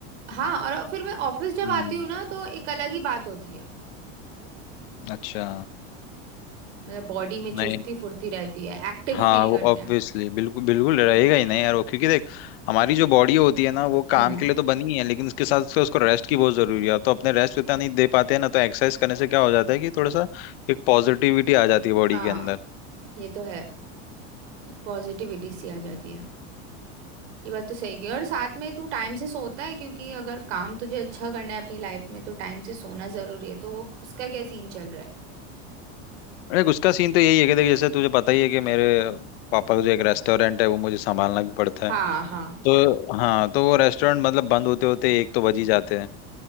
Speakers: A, on the right; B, on the left.
A: हाँ और फिर मैं ऑफिस जब
B: हम्म
A: आती हूँ ना तो एक अलग ही बात होती है
B: अच्छा
A: मतलब बॉडी में चुस्ती
B: नहीं
A: फुर्ती रहती है एक्टिव
B: हाँ
A: फील
B: वो
A: करते
B: ऑब्वियसली
A: हैं
B: बिल्कुल बिल्कुल रहेगा ही नहीं यार वो क्योंकि देख हमारी जो बॉडी होती है ना वो
A: हाँ
B: काम के लिए तो बनी है लेकिन उसके साथ उसके उसको रेस्ट की बहुत जरूरी है तो अपने रेस्ट इतना नहीं दे पाते हैं ना तो एक्सरसाइज करने से क्या हो जाता है कि थोड़ा सा एक पॉजिटिविटी आ जाती है बॉडी
A: हाँ
B: के अंदर
A: ये तो है पॉजिटिविटी सी आ जाती है ये बात तो सही की और साथ में तू टाइम से सोता है क्योंकि अगर काम तुझे अच्छा करना है अपनी लाइफ में तो टाइम से सोना जरूरी है तो वो उसका क्या सीन चल रहा है
B: देख उसका सीन तो यही है कि देख जैसे तुझे पता ही है कि मेरे पापा का जो एक रेस्टोरेंट है वो मुझे संभालना भी पड़ता
A: हाँ
B: है
A: हाँ
B: तो हाँ तो वो रेस्टोरेंट मतलब बंद होते होते एक तो बज ही जाते हैं